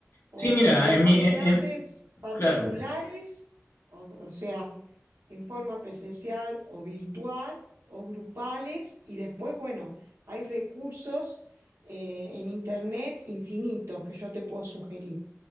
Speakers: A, on the right; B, on the left.
A: O
B: Sí, mira,
A: tomás
B: en mi, en-
A: clases
B: en-
A: particulares,
B: claro,
A: o, o sea, en forma presencial o virtual o grupales y después, bueno, hay recursos eh, en Internet infinitos que yo te puedo sugerir.